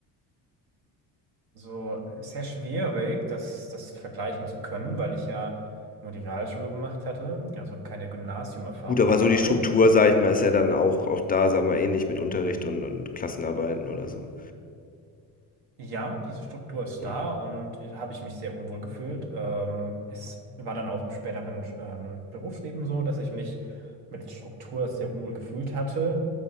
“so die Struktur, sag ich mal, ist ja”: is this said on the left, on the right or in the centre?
Left